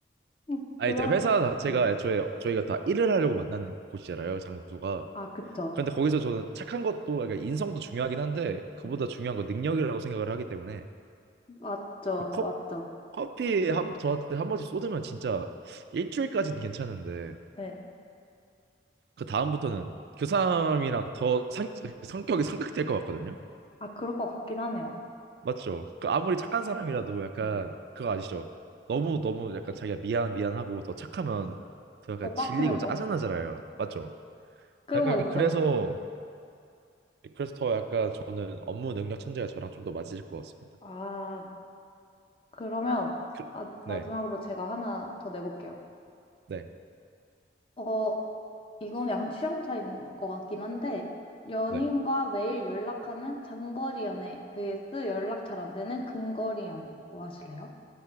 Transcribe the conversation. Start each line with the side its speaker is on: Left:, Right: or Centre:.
Left: <laughs>
Right: 아,
Left: 그럼,
Right: 이제 회사 자체가
Left: 네.
Right: 애초에 저희가 다 일을 하려고 만나는 곳이잖아요, 장소가.
Left: 아, 그쵸.
Right: 그런데 거기서 저는 착한 것도 그러니까 인성도 중요하긴 한데 그보다
Left: 네.
Right: 중요한 건 능력이라고 생각을 하기 때문에
Left: 맞죠,
Right: 컵
Left: 맞죠.
Right: 커피 한 저한테 한 번씩 쏟으면 진짜 일주일까지는 괜찮은데
Left: 네.
Right: 그 다음부터는 그 사람이랑 더 상, 성격이 상극될 것 같거든요.
Left: 아, 그럴 것 같긴 하네요.
Right: 맞죠? 그 아무리 착한 사람이라도 약간
Left: 네.
Right: 그거 아시죠? 너무 너무 약간 자기가 미안 미안하고 더 착하면 더 약간
Left: 더 빡치는
Right: 질리고 짜증나잖아요.
Left: 거?
Right: 맞죠?
Left: 그런
Right: 약간
Left: 거 있죠.
Right: 그래서 그래서 더 약간 저는 업무 능력 천재가 저랑 좀 더 맞으실 것 같습니다.
Left: 아, 그러면
Right: 그,
Left: 마, 마지막으로
Right: 네,
Left: 제가 하나 더 내볼게요.
Right: 네,
Left: 어, 이건 약간 취향 차이인 것 같긴 한데, 연인과
Right: 네.
Left: 매일 연락하는 장거리 연애 vs 연락 잘 안 되는 근거리 연애. 뭐 하실래요?